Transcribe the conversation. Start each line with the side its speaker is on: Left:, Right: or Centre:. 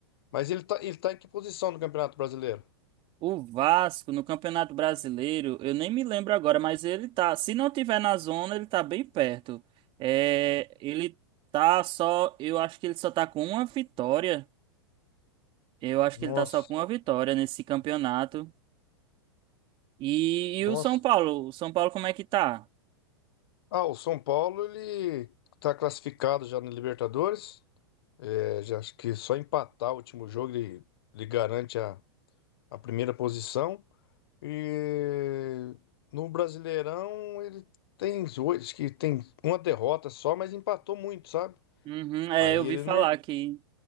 Left: mas ele tá, ele tá em que posição no Campeonato Brasileiro?
Right: O Vasco no Campeonato Brasileiro, eu nem me lembro agora, mas ele tá, se não tiver na zona, ele tá bem perto. É, ele tá só, eu acho que ele só tá com uma vitória. Eu acho
Left: Nossa,
Right: que ele tá só com uma vitória nesse campeonato. E, e
Left: nossa.
Right: o São Paulo, o São Paulo como é que tá?
Left: Ah, o São Paulo, ele tá classificado já na Libertadores. É, já acho que só empatar o último jogo, ele, ele garante a, a primeira posição. E no Brasileirão ele tem oito, que tem uma derrota só, mas empatou muito, sabe?
Right: Uhum, é,
Left: Aí
Right: eu vi
Left: ele
Right: falar
Left: não
Right: que